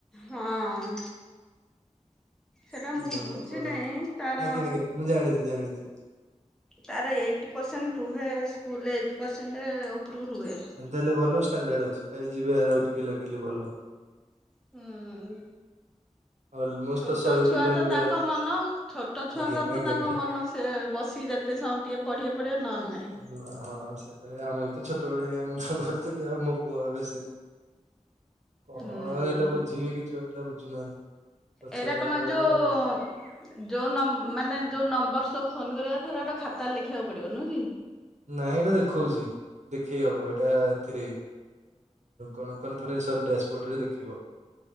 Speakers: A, in the centre; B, on the right.
A: ହଁ। ସେଟା ମୁଁ
B: ଭଲ
A: ବୁଝି
B: ପଢାନ୍ତୁ
A: ନାହିଁ ତାର
B: ଆଜ୍ଞା ଆଜ୍ଞା ମୁଁ ଜାଣିଛି ଜାଣିଛି।
A: ତାର ଏଇଟି ପରସେଣ୍ଟ ରୁହେ ସ୍କୁଲ ରେ ଏଇଟି ପରସେଣ୍ଟ। ଉପରକୁ ରୁହେ।
B: ଏ ତାହଲେ ଭଲ ଷ୍ଟାଣ୍ଡାର୍ଡ ଅଛି ପାଇ ଯିବେ ଆଉ ଟିକେ ଲାଗିଲେ ଭଲ
A: ହୁଁ।
B: ଅଲମୋଷ୍ଟ
A: ଛୋଟ
B: ତ ଶହେ
A: ଛୁଆ
B: ପିଲାରୁ
A: ତ ତାଙ୍କ
B: ଯାହାହେଲେ
A: ମନ ଛୋଟ ଛୁଆଙ୍କର
B: ଆଜ୍ଞା ଆଜ୍ଞା।
A: ତ ତାଙ୍କ ମନ ସେ ବସିି ଯେତେ ସମୟ ଟିକେ ପଢିବା ପଢିବା ନହେଲେ ନାହିଁ।
B: ନା ହଁ ସେଟ ଆମେ ବି ତ ଛୋଟବେଳେ ଏୟା ମୁଁ ତ କରିଥିଲି ଆଉ ମୋ ପୁଅବେ ସେଇ କଣ
A: ଉଁ
B: ଆଉ ଏଇଟା ବୁଝିବେ <unintelligible> କିଛୁ ପିଲା ବୁଝୁନାହାନ୍ତି। ପଛରେ
A: ଏଇଟ କଣ
B: ହେଲା ବେଳକୁ
A: ଯୋଉ
B: ଆଉ ନାଇଁ।
A: ଯୋଉ ମାନେ ଯୋଉ ନମ୍ବର ସବୁ ଫୋନ କରିବା ଥରେ ଗୋଟେ ଖାତାରେ ଲେଖିବାକୁ ପଡିବ ନୁହଁ କି?
B: ନାଇଁ ଏଇଟା ଦେଖଉଛି ଦେଖେଇ ହବ ଏଇଟା ଏଥିରେ କଣ କନଫରେନ୍ସର ଡ୍ୟାସବୋର୍ଡରେ ଦେଖେଇିବ